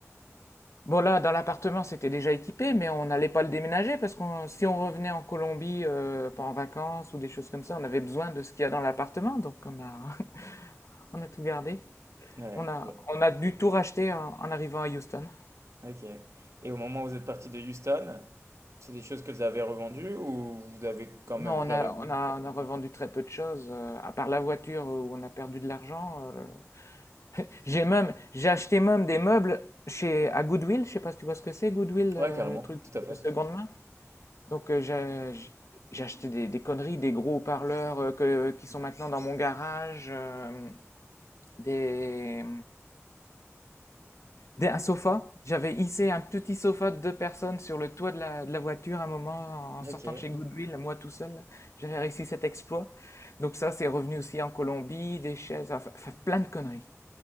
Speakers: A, on the left (about 70°); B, on the right (about 70°).
A: bon là, dans l'appartement, c'était déjà équipé, mais on n'allait pas le déménager parce que si on revenait en Colombie, euh, pas en vacances ou des choses comme ça, on avait besoin de ce qu'il y a dans l'appartement. Donc on a, <laughs> on a tout gardé.
B: Ouais,
A: On a,
B: ouais.
A: on a dû tout racheter en en arrivant à Houston.
B: ok. Et au moment où vous êtes parti de Houston, c'est des choses que vous avez revendues ou vous avez quand même
A: Non,
B: pris
A: on a,
B: avec vous?
A: on a, on a revendu très peu de choses, euh, à part la voiture euh, où on a perdu de l'argent. euh, le- J'ai même, j'ai acheté même des meubles chez, à Goodwill, je sais pas si tu vois ce que c'est, Goodwill,
B: Ouais,
A: euh,
B: carrément,
A: le truc
B: tout à fait.
A: de seconde main. Donc euh, j'ai, j'ai j'ai acheté des, des conneries, des gros haut-parleurs euh, que- qui sont maintenant dans mon garage, euh, des, Des- un sofa. J'avais hissé un petit sofa de deux personnes sur le toit de la, de la voiture un moment en
B: Ok,
A: sortant
B: ouais,
A: de chez Goodwill, moi tout seul. là. J'avais réussi cet exploit. Donc ça, c'est revenu aussi en Colombie, des chaises, enfin, enfin, plein de conneries.